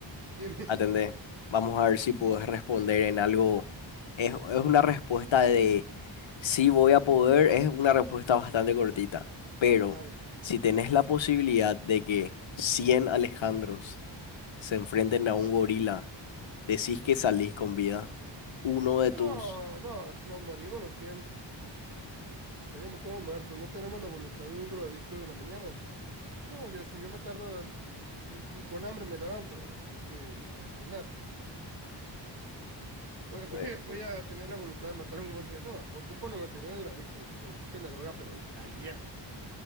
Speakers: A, on the right; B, on the left.
A: Dime,
B: atendé. Vamos a ver si puedes responder en algo. Es, es una respuesta de sí voy a poder, es una respuesta bastante cortita. Pero
A: a ver.
B: si tenés la posibilidad de que 100 Alejandros se enfrenten a un gorila, decís que salís con vida, uno de
A: No,
B: tus...
A: no, nos morimos los cien Teníamos todos muertos. No tenemos la voluntad de un drogadicto de la mañana. No, yo si yo me tardo, ni, ni con hambre me levanto este, a desayunar. Voy, <laughs>
B: eh,
A: voy- voy a tener la voluntad de matar a un boliviano. No, ocupo 99 drogadictos que ocupen la droga, pero ayer.